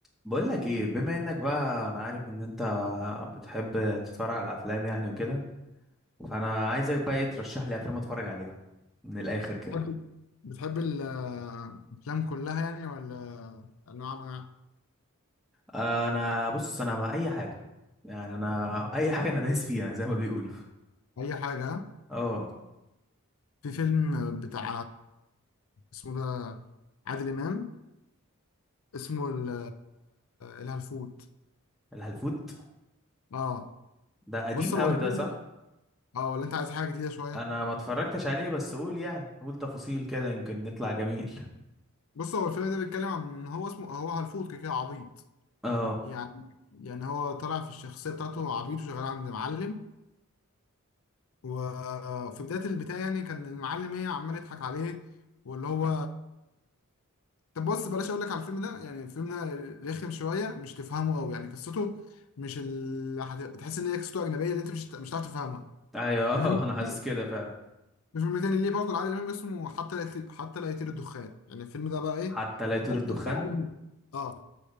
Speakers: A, in the centre; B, on the left.
A: بقول لك ايه بما انك بقى انا عارف ان انت بتحب تتفرج على افلام يعني وكده فانا عايزك بقى ايه ترشح لي افلام اتفرج عليها من الاخر كده
B: بتحب بتحب الأفلام كلها يعني ولا أنواع أنواع
A: انا بص انا مع اي حاجه يعني انا اي حاجه انا دايس فيها زي ما بيقولوا
B: أي حاجة
A: اه
B: في فيلم بتاع اسمه ده عادل إمام اسمه ال- الهلفوت
A: الهلفوت
B: اه
A: ده قديم
B: بص هو
A: قوي
B: الفيلم
A: ده صح
B: اه ولا أنت عايز حاجة جديدة شوية
A: انا ما اتفرجتش عليه بس قول يعني قول تفاصيل كده يمكن نطلع جميل
B: بص هو الفيلم ده بيتكلم عن هو اسمه هو هلفوت كده كده عبيط
A: اه
B: يعني يعني هو طالع في الشخصية بتاعته عبيط وشغال عند معلم وفي بداية البتاع يعني كان المعلم ايه عمال يضحك عليه واللي هو طب بص بلاش اقول لك على الفيلم ده يعني الفيلم ده رخم شوية مش تفهمه قوي يعني قصته مش اللي هت... تحس ان هي قصته اجنبية اللي انت مش مش هتعرف تفهمها
A: ايوه
B: في فيلم تاني
A: <laughs> انا حاسس كده فعلا
B: في فيلم تاني ليه برضه لعادل امام اسمه حتى لا يطير... حتى لا يطير الدخان يعني الفيلم ده بقى ايه
A: حتى لا يطير
B: ده
A: الدخان
B: بتفهمه. اه